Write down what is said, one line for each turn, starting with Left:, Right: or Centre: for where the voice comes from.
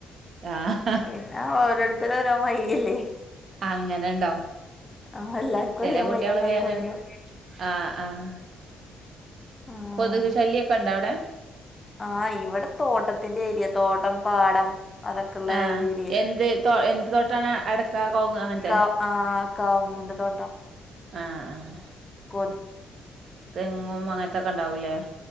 Right: ആഹ്
Left: പിന്നെ ഓരോരുത്തരും ഓരോ മാതിരി അല്ലേ?
Right: അങ്ങനെ ഉണ്ടാവും
Left: ആഹ് എല്ലാർക്കും
Right: ചെല
Left: ഒരേ
Right: കുട്ടികള്
Left: മാതിരി ഒന്നും ആയിക്കോളണല്ലോ
Right: വേന്നീക്കും ആഹ് ആഹ്
Left: ആഹ്
Right: കൊതുക് ശല്യ ഒക്കെ ഉണ്ടോ അവിടെ?
Left: ആഹ് ഇവിടെ തോട്ടത്തിന്റെ ഏരിയ തോട്ടം പാടം അതൊക്കെള്ള
Right: ആഹ്
Left: ഒരു ഏരിയ
Right: എന്ത് തോ എന്ത് തോട്ടാണ് അടക്ക കവുങ്ങ് അങ്ങനത്തെ
Left: ക ആഹ് കവുങ്ങിൻ്റെ തോട്ടം
Right: ആഹ് ആഹ്
Left: കോ
Right: തെങ്ങും അങ്ങനത്തൊക്കെ ഉണ്ടാവൂല്ലേ?